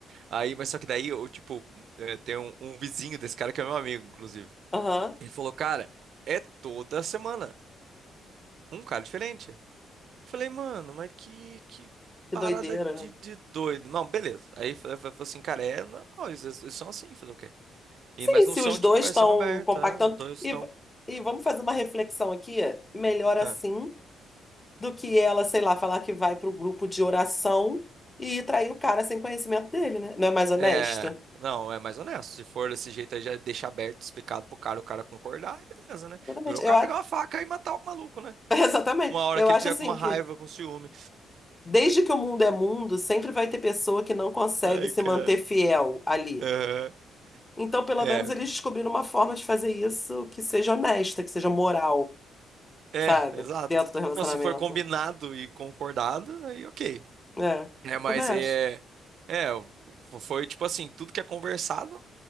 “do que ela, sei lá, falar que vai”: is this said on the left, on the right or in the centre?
Left